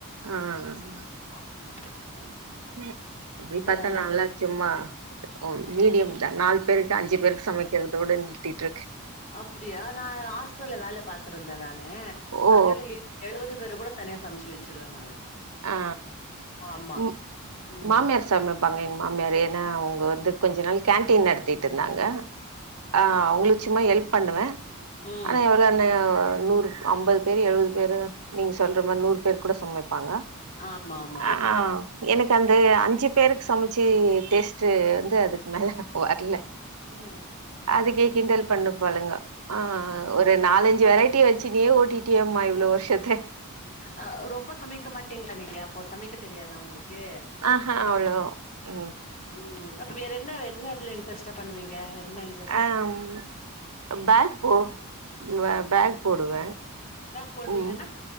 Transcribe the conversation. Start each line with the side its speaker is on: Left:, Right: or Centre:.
Right: ஆ அன்
Left: <inaudible>
Right: ம் அப்டி
Left: ரொம்ப
Right: பாத்தா
Left: நல்லா
Right: நாலா ச்சும்மா ஓ மீடியம் தா நால் பேருக்கு அஞ்சி பேருக்கு சமைக்கற்தோட நிறுத்திட்ருக்கே
Left: அப்படியா நா ஹாஸ்டல்ல வேல பாத்துருந்தே நானு
Right: ஓ
Left: அங்கல்லா எ எழுவது பேரு கூடத் தனியா சம்ச்சி வச்சிருவே நானு
Right: ஆ
Left: ஆமா
Right: உ
Left: ம்
Right: மாம்யார்ஸ் சமைப்பாங்க எங் மாமியாரு ஏனா அவுங்க வந்து கொஞ்ச நாள் கேன்டீன் நடத்திட்ருந்தாங்க ஆ அவ்ங்க்ளு ச்சும்மா ஹெல்ப் பண்ணுவே
Left: ம்
Right: ஆனா யோல் ரன்னயா நூறு அம்பது பேர் எழுவது பேரு நீங் சொல்ற மார் நூற் பேர் கூட சமைப்பாங்க
Left: ஆ மாம்
Right: அ ஆ எனக்கு அந்து அஞ்சு பேருக் சமச்சி டேஸ்ட்டு வந்து அதுக்கு மேல வர்ல
Left: ம்
Right: அதுக்கே கிண்டல் பண்ணு பாளுங்க ஆ ஒரு நாலஞ்சு வெரைட்டிய வச்சுனே ஓட்டிட்டியேமா அம்மா இவ்ளோ வர்ஷத்தே
Left: அ ரொம்ப சமைக்க மாட்டீங்ளா நீங்க அப்போ சமைக்க தெரியாதா உங்களுக்கு
Right: ஆஹா அவ்ளோ ம்.
Left: உம் அப்ப வேற என்ன என்னத்துல இன்ட்ரெஸ்ட்டா பண்ணுவீங்க வேற் என்னன்
Right: அம் அ பேக் போ வ பேக் போடுவே
Left: பேக் போடுவீங்கன்னா
Right: உம்